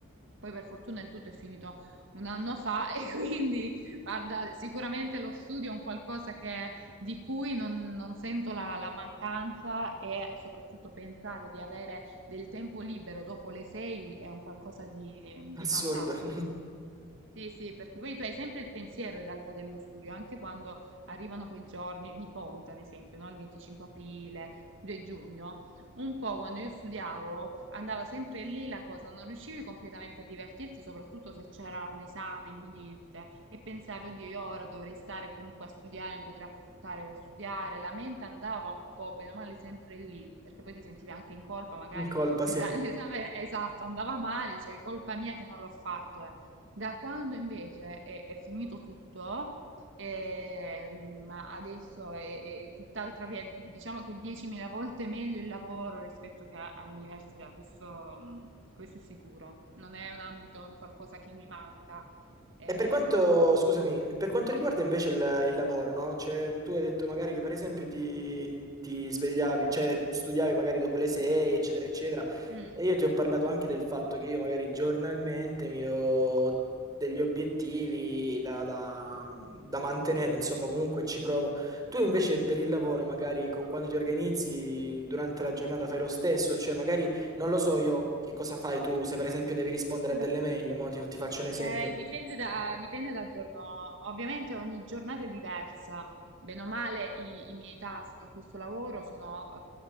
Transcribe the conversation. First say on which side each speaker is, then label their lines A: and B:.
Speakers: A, on the right (about 60°); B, on the right (about 15°).
A: Poi per fortuna il tutto è finito un anno fa <laughs> e quindi, guarda, sicuramente lo studio è un qualcosa che- di cui non, non sento la, la mancanza e soprattutto pensare di avere del tempo libero dopo le 6 è un qualcosa di di
B: Assurdo.
A: fantastico.
B: <laughs>
A: Sì, sì, perché poi tu hai sempre il pensiero in realtà dello studio, anche quando arrivano quei giorni di ponte, ad esempio, no? Il 25 aprile, 2 giugno, un po' quando io studiavo andava sempre lì la cosa, non riuscivi completamente a divertirti, soprattutto se c'era un esame imminente e pensavi, oddio, io ora dovrei stare comunque a studiare, ne potrei approfittare per studiare, la mente andava un po' bene o male sempre lì, perché poi ti sentivi anche in colpa, magari
B: In colpa,
A: l'esa-
B: sì.
A: l'esame <laughs> esatto andava male, dicevi colpa mia che non l'ho fatto. eh." Da quando invece è, è finito tutto, eh, ma adesso è, è tutt'altra via, diciamo che 10.000 volte meglio il lavoro rispetto che a- all'università, questo, mm, questo è sicuro. Non è un ambito, un qualcosa che mi manca. Eh,
B: E per quanto, scusami, per quanto riguarda invece il, il lavoro, no? Cioè, tu hai detto magari che per esempio ti, ti svegliavi, cioè studiavi magari dopo le 6, eccetera, eccetera.
A: mm.
B: E io ti ho parlato anche del fatto che io magari giornalmente mi do degli obiettivi da, da- da mantenere, insomma, comunque ci provo. Tu invece per il lavoro, magari co- quando ti organizzi durante la giornata fai lo stesso, cioè magari non lo so io che cosa fai tu, se per esempio devi rispondere
A: Allora,
B: a delle mail, mo ti ti faccio un esempio.
A: Eh, dipende da, dipende dal giorno, ovviamente ogni giornata è diversa. Bene o male, i, i miei task in questo lavoro sono,